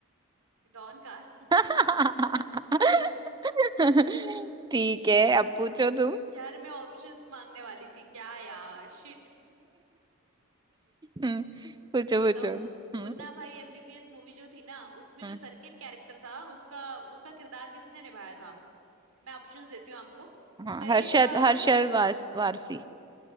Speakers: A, on the right (about 80°); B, on the right (about 20°).
A: डॉन का <laughs>
B: <laughs> ठीक है अब पूछो तुम <laughs>
A: यार मैं ऑप्शंस मांगने वाली थी क्या यार शिट
B: हम्म, पूछो
A: ये बताओ
B: पूछो हम्म
A: मुन्ना भाई एमबीबीएस मूवी जो थी ना उसमें
B: हम्म,
A: जो सर्किट कैरेक्टर था उसका उसका किरदार किसने निभाया था मैं ऑप्शंस देती हूँ आपको
B: हाँ
A: परेश
B: हर्षद
A: रावल
B: हर्षद वारस, वारसी